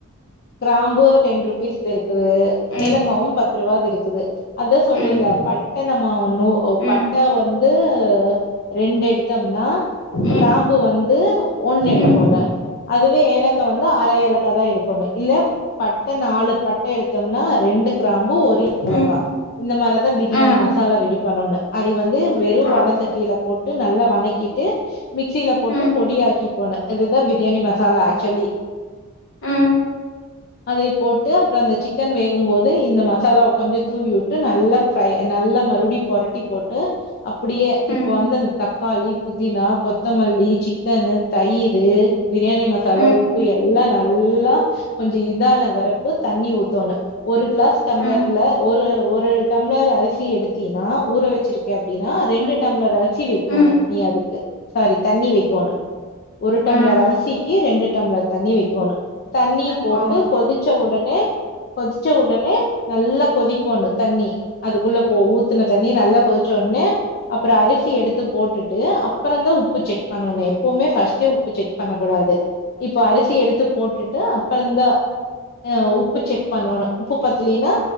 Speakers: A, on the left; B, on the left.
A: கிராம்பு டென் ருபீஸ் இருக் குது
B: ம்
A: ஏலக்காவு பத்து ருவாக் இருக்குது அதா சொல்றேல்ல
B: ம்
A: பட்ட நம்ம வந் னு ஓ பட்ட
B: ம்
A: வந்து து ரெண்டெடுத்தம்னா
B: ம்
A: கிராம்பு வந்து ஒன்னெடுக்கோனு
B: ம்
A: அதுவே ஏலக்கா வந்து அர ஏலக்கா தா எடுக்கோனு இல்ல பட்ட நாலு பட்ட எடுத்தம்னா ரெ ண்டு கிராம்பு ஒரு
B: ம்
A: ஏலக்கா இந்த மாரதா பிரியாணி
B: ம்
A: மசாலா ரெடி பண்ணோனு அதய வந்து வெறு வட
B: ஆ
A: சட்டில போட்டு நல்லா வணக்கிட்டு மிக்சில போட்டு
B: ம்
A: பொடியாக் கிகோனு இது தா பிரியாணி மசாலா ஆக்ஸுலி
B: ம்
A: அதயு போட்டு அப்புற அந்த சிக்கன் வேகும்போது இந்த மசாலாவ கொஞ்ச தூவி விட்டு நல்லா ஃப்ரை ந ல்லா மறுபுடியு பொரட்டி போட்டு அப்படியே
B: ம்
A: இப்ப வந்து அந் தக்காளி புதினா கொத்தமல் லி சிக்கனு தயிரு பிரியாணி மசாலா
B: ம்
A: உப்பு எல்லா நல்லா கொஞ்ச இதான வரப்பு ச தண்ணி ஊத்தோணு ஒரு கிளாஸ் டம்ளர்ல
B: ம் ம்
A: ஒரு ஒரு டம்ளர் அரிசி எடுத்தினா ஒரு வச்சிருக்கே அப்டினா ரெண்டு
B: ம்
A: டம்ளர் அரிசி வக்கோனு
B: ம்
A: நீ அதுக்கு சாரி தண்ணி வக்கோனு ஒரு டம்ளர்
B: ம்
A: அரிசிக்கு ரெண்டு டம்ளர் தண்ணி வக்கோனு தண்ணி போட்டு
B: ம்
A: கொதிச்ச உடனே கொதிச்ச உடனே நல்லா கொதிக்கோணு தண்ணி அதுக்குள்ள போ ஊத்துன தண்ணி நல்லா கொதிச்சோ னு அப்பற அரிசி எடுத்து போட்டுட்டு அப்பற தா உப்பு செக் பண்னோனே ப்போமே ஃபர்ஸ்ட்டே உப்பு செக் பண்ண கூடாது இப்போ அரிசி எடுத்து போட்டுட்டு அப்பறந்தா அ உப்பு செக் பண்ணோனு உப்பு பத்தலேனா